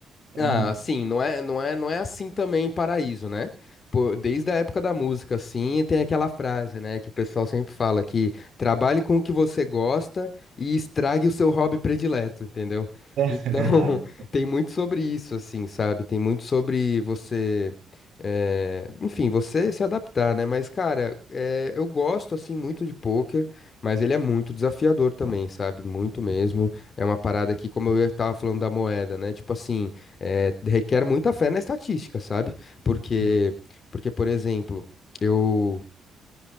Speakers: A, on the right (about 65°); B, on the left (about 45°).
A: Então,
B: Ah, assim, não é, não é, não é assim também em Paraíso, né? Pô, desde a época da música, assim, tem aquela frase, né, que o pessoal sempre fala que trabalhe com o que você gosta e estrague o seu hobby predileto, entendeu?
A: <laughs> é,
B: Então,
A: verdade.
B: <laughs> tem muito sobre isso, assim, sabe? Tem muito sobre você, eh, enfim, você se adaptar, né? Mas, cara, eh, eu gosto, assim, muito de pôquer, mas ele é muito desafiador também, sabe? Muito mesmo. É uma parada que, como eu tava falando da moeda, né? Tipo assim é, requer muita fé na estatística, sabe? Porque,
A: Hum,
B: porque por exemplo, eu,